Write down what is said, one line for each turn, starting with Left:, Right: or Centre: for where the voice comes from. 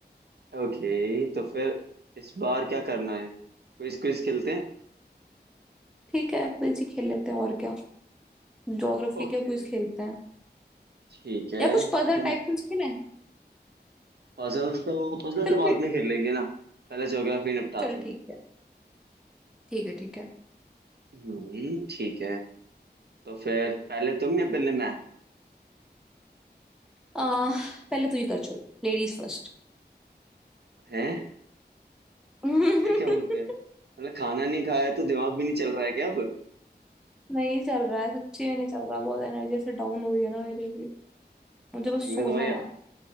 Right: ओके तो फिर इस बार क्या करना है क्विज क्विज खेलते हैं
Centre: ठीक है क्विज ही खेल लेते हैं और क्या ज्योग्राफी
Right: ओके
Centre: के क्विज खेलते हैं
Right: ठीक है
Centre: या कुछ पजल
Right: तो तुम
Centre: टाइप क्विज खेलें
Right: पजल्स तो पजल
Centre: चल
Right: तो बाद
Centre: क्विज
Right: में खेल लेंगे ना पहले ज्योग्राफी निपटाते
Centre: चल
Right: हैं
Centre: ठीक है ठीक है ठीक है
Right: हम्म ठीक है तो फिर पहले तुम या पहले मैं
Centre: आ, पहले तू ही कर चल लेडीज फर्स्ट
Right: हैं
Centre: <laughs>
Right: ये क्या बोल रहे हैं मतलब खाना नहीं खाया तो दिमाग भी नहीं चल रहा है क्या अब
Centre: नहीं चल रहा है सच्ची में नहीं चल रहा बहुत एनर्जी से डाउन हो रही है ना मेरी भी मुझे
Right: सही
Centre: बस
Right: में
Centre: सोना
Right: तुम्हारी
Centre: है